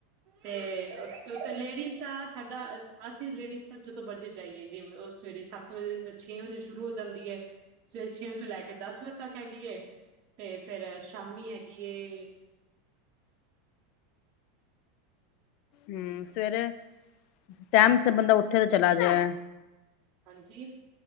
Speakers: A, on the right; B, on the left.
A: ਤੇ <unintelligible> ਲੇ ਦਾ ਸਾਡਾ ਅਸੀਂ ਲੇਡੀਜ਼ ਦਾ ਜਦੋਂ ਮਰਜੀ, ਜਾਈਏ ਜਿਵੇਂ ਉਹ ਸਵੇਰੇ ਸੱਤ ਵਜੇ ਛੇ ਵਜੇ ਸ਼ੁਰੂ ਹੋ ਜਾਂਦੀ ਹੈ। ਸਵੇਰੇ ਛੇ ਵਜੇ ਤੋਂ ਲੈ ਕੇ ਦਸ ਵਜੇ ਤੱਕ ਹੈਗੀ ਅਤੇ ਫਿਰ ਸ਼ਾਮੀ ਹੈਗੀ ਐ।
B: ਹੂੰ, ਸਵੇਰੇ ਟਾਈਮ ਸਿਰ ਬੰਦਾ ਉੱਠੇ ਤੇ ਚਲਾ ਜਾਏ।
A: ਹਾਂਜੀ,